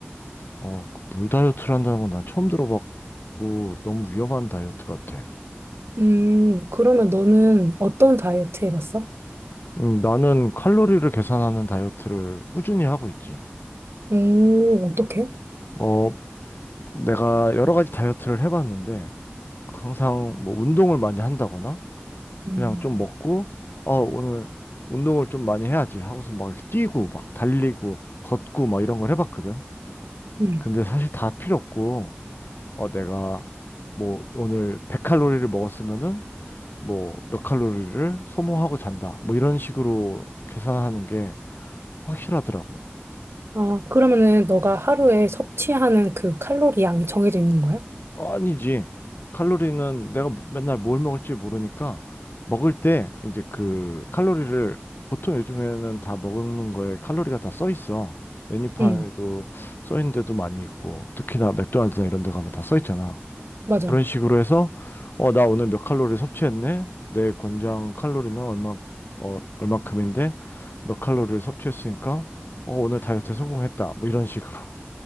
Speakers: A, on the left (about 55°); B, on the right (about 70°).
A: 어, 그물 다이어트를 한다는 건 난 처음 들어봤고, 너무 위험한 다이어트 같아.
B: 음, 그러면 너는 어떤 다이어트 해봤어?
A: 음, 나는 칼로리를 계산하는 다이어트를 꾸준히 하고 있지.
B: 오, 어떡해?
A: 어, 내가 여러 가지 다이어트를 해봤는데 항상 뭐 운동을 많이 한다거나
B: 음,
A: 그냥 좀 먹고 어 오늘 운동을 좀 많이 해야지 하고서 막 이렇게 뛰고 막 달리고 걷고 막 이런 걸 해봤거든.
B: 음.
A: 근데 사실 다 필요 없고 어 내가 뭐 오늘 100칼로리를 먹었으면은 뭐 몇 칼로리를 소모하고 잔다 뭐 이런 식으로 계산하는 게 확실하더라고.
B: 아, 그러면은 너가 하루에 섭취하는 그 칼로리 양이 정해져 있는 거야?
A: 아니지. 칼로리는 내가 뭐- 맨날 뭘 먹을지 모르니까 먹을 때 이제 그 칼로리를 보통 요즘에는 다 먹는 거에 칼로리가 다 써 있어. 메뉴판에도
B: 응,
A: 써 있는 데도 많이 있고 특히나 맥도날드나 이런 데 가면 다 써 있잖아.
B: 맞아.
A: 그런 식으로 해서 어, 나 오늘 몇 칼로리 섭취했네. 내 권장 칼로리는 얼마 어, 얼마큼인데 몇 칼로리를 섭취했으니까 어, 오늘 다이어트에 성공했다. 뭐 이런 식으로.